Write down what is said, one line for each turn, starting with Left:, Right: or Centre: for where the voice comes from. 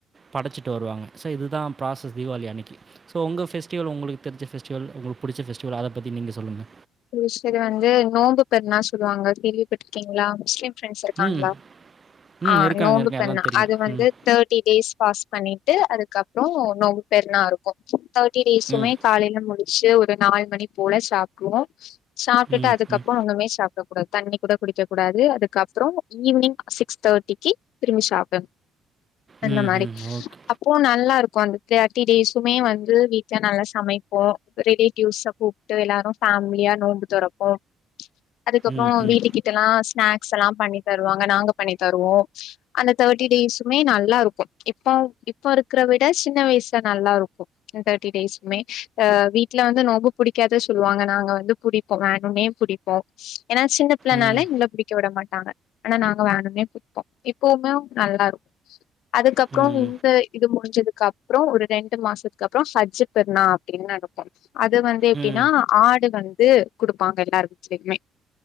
Right: படைச்சிட்டு வருவாங்க சோ இதுதா ப்ராசஸ் தீபாவளி அணிக்கு சோ உங்க ஃபெஸ்டிவல் உங்ளுக்கு தெரிஞ்ச ஃபெஸ்டிவல் உங்களுக்கு புடிச்ச ஃபெஸ்டிவல் அத பத்தி நீங்க சொல்லுங்க
Left: எங்க ஸைடு வந்து நோன்பு பெருனா சொல்லுவாங்க கேள்விபட்றுகீங்களா முஸ்லிம் ஃபிரிண்ட்ஸ் இருக்காங்களா
Right: ம் ம்
Left: ஆ
Right: இருக்காங்க
Left: நோன்பு
Right: இருக்காங்க
Left: பண்ண
Right: எல்லாம் தெரியும்
Left: அது வந்து
Right: ம்
Left: தேர்ட்டி டேஸ் பாஸ் பண்ணிட்டு அதுக்கப்பறோ நோம்பு பெருனா இருக்கு தேர்டி டேஸுமே
Right: ம்
Left: காலையில முடிச்சு ஒரு நாலு மணி போல சாப்டுவோ சாப்ட்டுட்டு
Right: ம்
Left: அதுக்கப்பறோ ஒண்னுமே சாப் கூடாது தண்ணி கூட குடிக்க கூடாது அதுக்கப்பறோ ஈவினிங் சிக்ஸ் தேர்ட்டிக்கு திரும்பி சாப்டனு அந்த
Right: ம் ம்
Left: மாரி
Right: ம் ஓகே
Left: அப் ஓ நல்லா இருக்கு அந்த தேர்ட்டி டேஸுமே வந்து வீட்ல நல்லா சமைப்போ ரிலேட்டிவ்ஸ கூப் ட்டு எல்லாரு பேமிலியா நோன்பு தொறப்போ அதுக்கப்றோ
Right: ம் ம்
Left: வீட்டுக்கு கிட் ல்லா ஸ்நாக்ஸ் எல்லா பண்ணி தருவாங்க நாங்க பண்ணி தருவோ அந்த தேர்ட்டி டேஸுமே நல்லா இருக்கு இப்ப இப்ப இருக்கிற விட சின்ன வயசுல நல்லா இருக்கு தேர்டி டேஸுமே ஆ வீட்ல வந்து நோம்பு புடிக்காத சொல்லுவாங்க நாங்க வந்து புடிப்போ வேணுமே புடிப்போ ஏன்னா சின்ன பிள்ளனால
Right: ம்
Left: எங்கள புடிக்க விட மாட்டாங்க ஆனா நாங்க வேணுனே புடிப்போ இப்பவுமே நல்லா இருக்கு அதுக்கப்றோ
Right: ம்
Left: இந்த இது முடிஞ்சதுக்கு அப்றோ ஒரு ரெண்டு மாசத்துக்கு அப்றோ ஹஜ்ஜ் பெருனா அப்டின்னு நடக்கு அது வந் து ஆ எப்டின்னா
Right: ம்
Left: ஆடு வந்து குடுப்பாங்க எல்லார் வீட்லயுமே